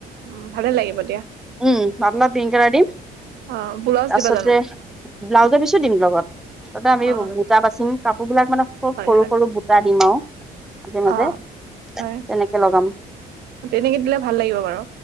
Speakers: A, on the right; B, in the centre.
A: উম ভালে লাগিব দিয়া।
B: উম, পাতলা পিং কালাৰ দিম।
A: অ', বোলাউজ
B: তাৰপিছতে
A: দিবা জানো?
B: ব্লাউজৰ পিছো দিম লগত। তাতে আমি
A: অ
B: বুটা বাচিম, কাপোৰ বিলাক মানে খুব
A: হয়
B: সৰু
A: হয়
B: -সৰু বুটা দিম আৰু। মাজে মাজে
A: অ', হয়
B: তেনেকে লগাম
A: তেনেকে দিলে ভাল লাগিব বাৰু।